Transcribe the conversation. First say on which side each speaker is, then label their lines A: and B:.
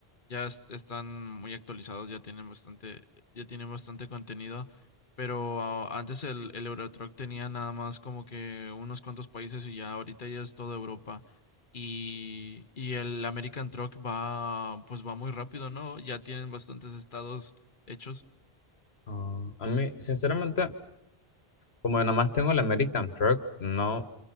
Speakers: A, on the left; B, on the left.
A: ya es- están muy actualizados, ya tienen bastante, ya tienen bastante contenido. Pero ah, antes el, el Euro Truck tenía nada más como que unos cuantos países y ya ahorita ya es toda Europa. Y, y el American Truck va, pues va muy rápido, ¿no? Ya tienen bastantes estados hechos.
B: Ah, a mí, sinceramente, como nada más tengo el American Truck, no,